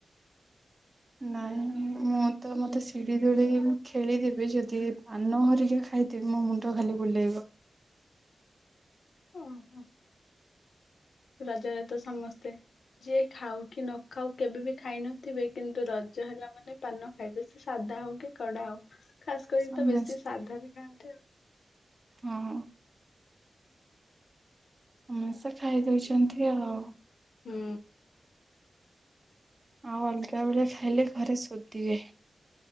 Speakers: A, on the right (about 30°); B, on the left (about 80°).
A: ନାଇଁ ମୁଁ ତ ମତେ ସିଢ଼ି ଦୋଳି ଖେଳିଦେବି ଯଦି ପାନ ହରିକି ଖାଇ ଥିବି ମୋ ମୁଣ୍ଡ ଖାଲି ବୁଲେଇବ।
B: ଓହୋ ରଜରେ ତ ସମସ୍ତେ ଯିଏ ଖାଉ କି ନ ଖାଉ କେବେ ବି ଖାଇ ନଥିବେ କିନ୍ତୁ ରଜ ହେଲା ମାନେ ପାନ ଖାଇବେ ସେ ସାଧା ହଉ କି କଡା ହଉ ଖାସ୍ କରିକି
A: ସମସ୍ତେ
B: ତ ବେଶୀ ସାଧା ବି ଖାଆନ୍ତି ଆଉ
A: ହଁ-ହଁ। ହୁଁ ସେ ଖାଇଦଉଚନ୍ତି ଆଉ।
B: ହୁଁ।
A: ଆଉ ଅଲଗା ବେଳେ ଖାଇଲେ ଘରେ ଶୋଧିବେ।